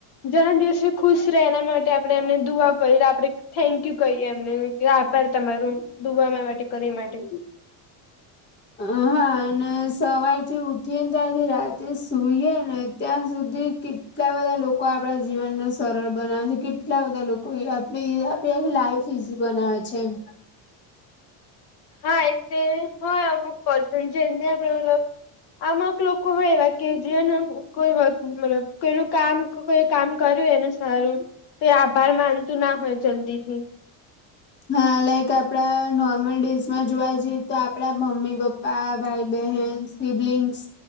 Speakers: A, on the left; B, on the left.
A: જન્મ દિવસે ખુશ રહે એના માટે આપણે એમને દુઆ કરી આપણે થેન્ક યુ કહી એમને આભાર તમારો દુઆ અમારા માટે કરી માટે.
B: હા અને સવારથી ઉઠીએ ને ત્યાંથી રાતે સુઈએ ને ત્યાં સુધી કેટલા બધા લોકો આપણા જીવનને સરળ બનાવે છે કેટલા બધા લોક કોઈ આપે આપે આખી લાઈફ ઈઝી બનાવે છે એમ.
A: હા એટલે હોય અમુક પર્સન છે જ ને આપણે મતલબ અમુક લોકો એવા કે જેને કોઈ મતલબ કોઈનું કામ કોઈ કામ કર્યું એનું સારું તો એ આભાર માનતું ના હોય જલ્દી થી.
B: હા લાઈક આપણા નોર્મલ ડેજમાં જોવા જઈએ તો આપણા મમ્મી પપ્ પા, ભાઈ, બહેન, સિબલિંગ્સ